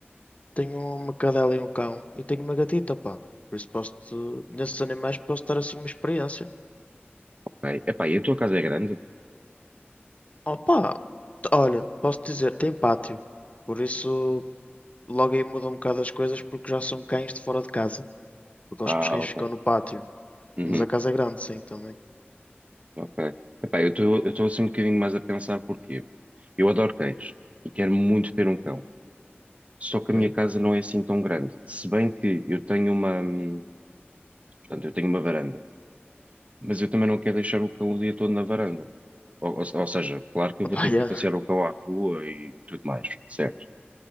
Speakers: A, on the left; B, on the right.
A: tenho uma cadela e um cão. E tenho uma gatita, pá. Por isso posso-te, nesses animais posso dar assim uma experiência.
B: Ok. Epá, e a tua casa é grande?
A: Oh, pá. Olha, posso dizer, tem pátio. Por isso logo aí muda um bocado as coisas porque já são cães de fora de casa. Porque
B: Ah,
A: acho que os cães
B: ok.
A: ficam no pátio.
B: Uhum,
A: Mas a casa é grande, sim, também.
B: ok. Epá, eu estou eu estou assim um bocadinho mais a pensar porque eu adoro cães e quero muito ter um cão. Só que a
A: Ok.
B: minha casa não é assim tão grande. Se bem que eu tenho uma. hum, Portanto, eu tenho uma varanda, mas eu também não quero deixar o cão o dia todo na varanda. Ou, ou- ou seja, claro que
A: <laughs>
B: eu vou
A: Pá,
B: ter
A: yeah.
B: que ir passear o cão à rua e tudo mais, certo?